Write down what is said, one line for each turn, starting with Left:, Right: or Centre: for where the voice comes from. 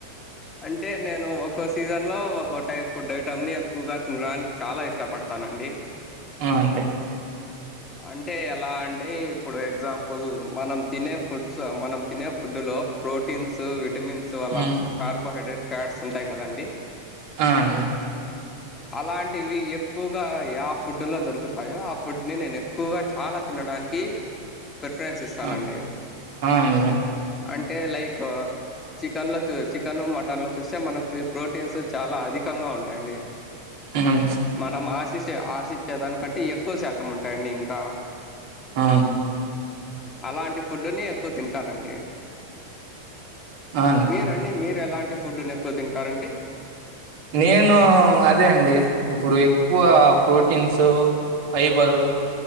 Left: అంటే నేను ఒక్కో సీజన్ లో ఒక్కొ టైప్ ఫుడ్ ఐటం ని ఎక్కువగా తినడానికి చాలా ఇష్టపడతాను తనండి
Right: ఆ అంతే
Left: అంటే ఎలా అంటే ఇప్పుడు ఎగ్జాంపుల్ మనం తినే ఫుడ్స్ మనం తినే ఫుడ్లో లో ప్రోటీన్స్ విటమిన్స్ అల
Right: హ్మ్.
Left: కార్బోహైడ్రేట్ ఫ్యాట్స్ ఉంటాయి కదండి
Right: ఆ అండి
Left: అలాంటివి ఎక్కువగా యా ఫుడ్ లో దొరుకుతాయో ఆ ఫుడ్ ని నేను ఎక్ ఎక్కువగా చాలా తినడానికి ప్రిఫరెన్స్ ఇస్తానండి
Right: ఆ అండి అండి
Left: అంటే లైక్ చికెన్ లో చ చికెన్ మటన్ లో చూస్తే మనకి ప్రోటీన్స్ చాలా అధికంగా ఉంటాయండి
Right: హ్మ్.
Left: మనం ఆశించే ఆశించే దానికంటే ఎక్కువ శాతం ఉంటాయండి ఇం క
Right: ఆ
Left: అలాంటి ఫుడ్డుని ఎక్కువ తింటానండి
Right: ఆ! అండి
Left: మీరండి మీరు ఎలాంటి ఫుడ్ ని ఎక్కువ తింటారండి
Right: నేను అదే అండి ఇప్పుడు ఎక్కువ ప్రోటీన్స్ ఫైబరు